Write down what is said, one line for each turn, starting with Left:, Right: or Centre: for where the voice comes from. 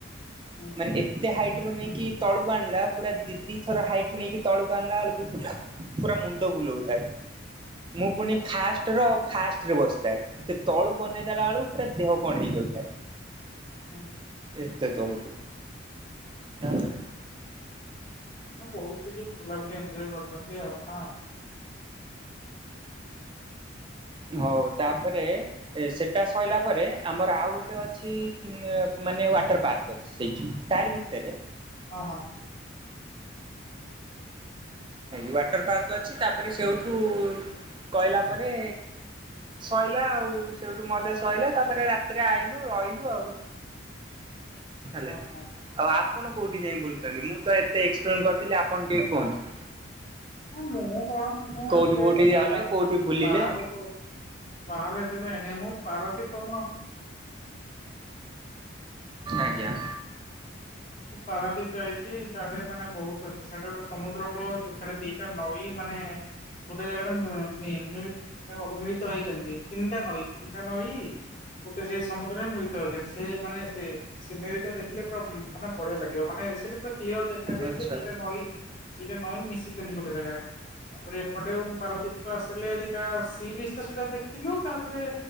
Left: ହୁଁ
Right: ମାନେ ଏତେ ହାଇଟ ର ନେଇକି ତଳକୁ ଆଣିଲା ପୁର ଦି ଦି ଥର ହାଇଟ୍ ନେଇକି ତଳକୁ ଆଣିଲା ଏଳକୁ ପୁରା ପୁରା ମୁଣ୍ଡ ବୁଲଉଥାଏ।
Left: <inaudible>
Right: ମୁଁ ପୁଣି ଫାଷ୍ଟ ର ଫାଷ୍ଟ ରେ ବସିଥାଏ ସେ ତଳୁକୁ ଅନେଇ ଦେଲା ବେଳକୁ ପୁରା ଦେହ କଣ ହେଇଯାଉଥାଏ।
Left: ହଁ ହଁ।
Right: ଏତେ ତଳକୁ ତାପରେ
Left: ନା ବହୁତ କିଛି ବୁଲାବୁଲି ଏଞ୍ଜୟ କରିୁଛନ୍ତି ଆପଣ ଆଉ।
Right: ହଉ ତାପରେ ଏ ସେଟା ସଇଲା ପରେ ଆମର ଆଉ ଗୋଟେ ଅଛି ମାନେ ୱାଟର ପାର୍କ ଅଛି। ସେଇଠି ତାରି ଭିତରେ।
Left: ଅ ହଁ।
Right: <inaudible> ୱାଟର ପାର୍କ ଅଛି ତାପରେ ସେଇଠୁ କହିଲା ପରେ ଶଇଲା ଆଉ ସେଇଠୁ ମଜା ସଇଲା ତାପରେ ରାତିରେ ଆଇଲୁ ରହିଲୁ ଆଉ।
Left: <unintelligible>
Right: ହେଲା
Left: ହଁ
Right: କିି
Left: ହଁ।
Right: ଆଉ ଆପଣ କୋଉଠି ଯାଇକି ବୁଲୁଛନ୍ତି ମୁଁ ତ ଏତେ ଏକ୍ସପ୍ଲେନ କରିଦେିଲି ଆପଣ ଟିକେ କୁହନ୍ତୁ।
Left: ନା ମୁଁ କଣ ମୁଁ
Right: କୋଉଠି
Left: ଏତ
Right: କୋଉଠି ଗଲେ
Left: ବାହାର
Right: କୋଉଠି ବୁଲିଲେ
Left: ବାହାରକୁ ବାହାରେ ଏତେ ଯାଇନି ମୁଁ ପାରାଦ୍ଵୀପ <unintelligible>
Right: ଆଜ୍ଞା।
Left: ମୁଁ ପାରାଦୀପ ଯାଇଛି ସେଡେ ମାନେ ବହୁତ ଅଛି ସେଡେ ଗୋଟେ ସମୁଦ୍ର କୂଳ ଅଛି ସେଡେ ଦିଟା ନଈ ମାନେ ଗୋଟେ ଜାଗାରେ ମ ମି ମିଳି ଦେଖ ମିଳିତ ହେଇଛନ୍ତି ତିନିଟା ନଈ ତିନିଟା ନଈ ଗୋଟେ ସେଇ ସମୁଦ୍ରରେ ମିଳିତ ହେଇଚନ୍ତି ସେ ମାନେ ସେ ସିନେରୀ ଟା ଦେଖିଲେ ପୁରା ଉ ମାନେ ବଢିଆ ଲାଗିବ ମାନେ ସେଇଟି ପୁରା କ୍ଲିୟର ଦେଖାଯାଏ
Right: ଆଚ୍ଛା
Left: ଯେ ଦିଟା ନଈ ଦିଟା ନଈଁ ମିଶିଛନ୍ତି ଗୋଟେ ଜାଗାରେ। ତାପରେ ଏପଟେ ଉ ପାରଦ୍ୱୀପକୁ ଆସିଲେ ଦିଟା ସି ବିଚ ତ ସେଟା ଦେଖିଲୁ ତାପରେ